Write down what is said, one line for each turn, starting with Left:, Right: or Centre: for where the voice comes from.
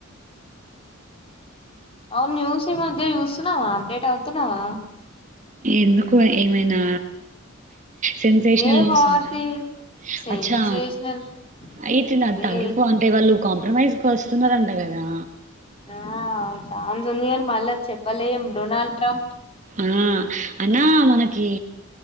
Left: అవున్న్యూస్ ఈ మధ్య చూస్తున్నవా అప్డేట్ అవుతున్నవా
Right: ఎందుకు ఏమైనా సెన్సేష్నల్
Left: ఇదే
Right: న్యూసుందా
Left: వార్ది సెన్సేషనల్
Right: అచ్చా అయితే నా
Left: ఇదే
Right: <unintelligible> వాళ్ళు కాంప్రమైజ్ కొస్తున్నరాంట గదా
Left: ఆ చాన్సుంది గని మళ్ళ చెప్పలేం డొనాల్డ్ ట్రంప్
Right: ఆ అయినా మనకీ